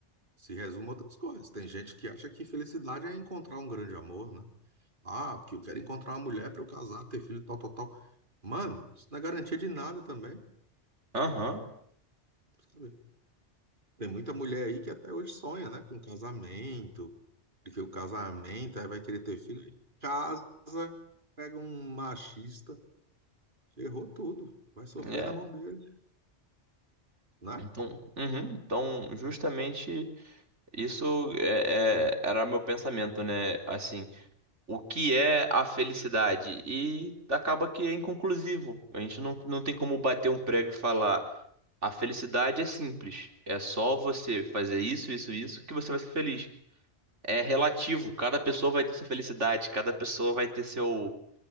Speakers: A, on the right; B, on the right.
A: Se resume a outras coisas. Tem gente que acha que felicidade é encontrar um grande amor, né? Ah, porque eu quero encontrar uma mulher para eu casar, ter filho, tal, tal, tal. Mano, isso não é garantia de nada também,
B: Aham.
A: sabe? Tem muita mulher aí que até hoje sonha, né, com casamento, porque o casamento aí vai querer ter filho. Aí Casa, pega um machista, ferrou tudo, vai sofrer
B: É.
A: na mão dele, né?
B: Então, uhum. Então, justamente isso é- é- era meu pensamento, né? Assim, o que é a felicidade? E acaba que é inconclusivo. A gente não, não tem como bater um prego e falar, a felicidade é simples. É só você fazer isso, isso, isso que você vai ser feliz. É relativo. Cada pessoa vai ter sua felicidade, cada pessoa vai ter seu